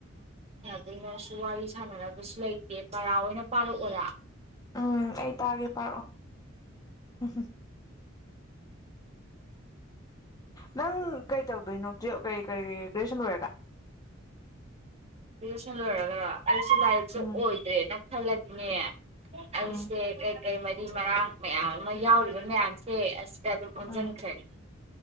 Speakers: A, on the right; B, on the left.
A: ꯀꯩꯅꯣꯁꯨ ꯋꯥꯔꯤ ꯁꯥꯟꯅꯔꯕꯁꯨ ꯂꯩꯇꯦ ꯄꯔꯥ ꯑꯣꯏꯅ ꯄꯥꯔꯛꯑꯣꯔꯥ
B: ꯎꯝ ꯑꯩ ꯇꯥꯒꯦ ꯄꯥꯔꯛꯑꯣ ꯎ ꯅꯪ ꯀꯩ ꯇꯧꯗꯣꯏꯅꯣ ꯀ ꯀꯔꯤ ꯀ ꯀꯁꯟ ꯔꯔꯦ ꯀ
A: ꯁꯂ ꯍꯒ ꯑꯩꯁꯨ ꯂꯥꯏꯔꯤꯛꯁꯨꯦ
B: ꯎꯝ
A: ꯑꯣꯏꯗ꯭ꯔꯦꯅ ꯊꯂꯗꯤꯉꯦ ꯑꯁꯦ
B: ꯎꯝ
A: ꯀ ꯀꯩ ꯃꯔꯤ ꯃꯔꯥꯡ ꯃꯌꯥꯝ ꯑꯃ ꯌꯥꯎꯔꯤꯕ ꯃꯌꯥꯝꯁꯦ ꯑꯁ ꯗꯀꯥꯟꯖꯅ
B: ꯎꯝ
A: ꯈꯔꯤ